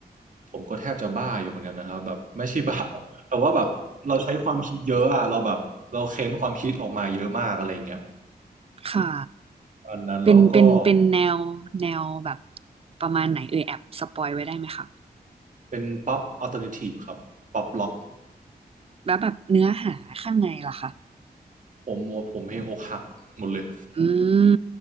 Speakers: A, on the right; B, on the right.
A: ผมก็แทบจะบ้าอยู่เหมือนกันนะครับแบบไม่ใช่บ้า <laughs> แต่ว่าแบบเราใช้ความคิดเยอะอะเราแบบเราเค้นความคิดออกมาเยอะมากอะไรอย่างเงี้ย
B: ค่ะ
A: ตอนนั้นแล้วก็
B: เป็นเป็นเป็นแนวแนวแบบประมาณไหนเอ่ยแอบสปอยไว้ได้ไหมคะ
A: เป็นป๊อปอัลเทอร์เนทีฟครับป๊อปล็อก
B: แล้วแบบเนื้อหาข้างในล่ะคะ
A: ผมผมเพลงอกหักหมดเลย
B: อืม